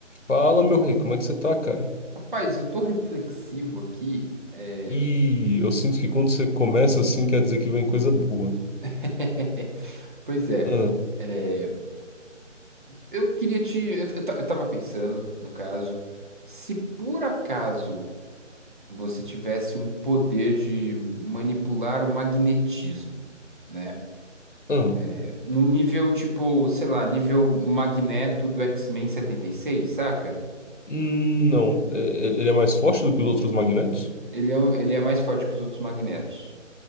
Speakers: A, on the left (about 70°); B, on the right (about 40°).
A: Fala, meu rei, como é que você tá, cara?
B: Rapaz, eu tô reflexivo aqui. é,
A: E eu sinto que quando você começa assim, quer dizer que vem coisa boa.
B: <laughs> Pois é,
A: Ah,
B: é, eu queria te. Eu, eu ta- eu tava pensando, no caso, se por acaso você tivesse um poder de manipular o magnetismo, né?
A: ah,
B: É, No nível tipo, sei lá, nível Magneto do X-Men setenta e seis saca?
A: hum, não. É- é- Ele é mais forte do que os outros magnetos?
B: Ele é, um- ele é mais forte que os outros Magnetos.